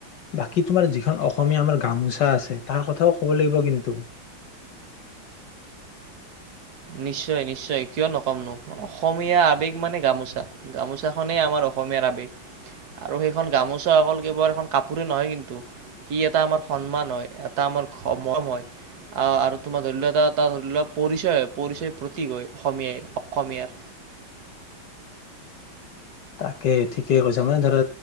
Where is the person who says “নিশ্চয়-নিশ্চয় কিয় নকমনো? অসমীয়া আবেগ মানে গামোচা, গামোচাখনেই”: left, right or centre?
Right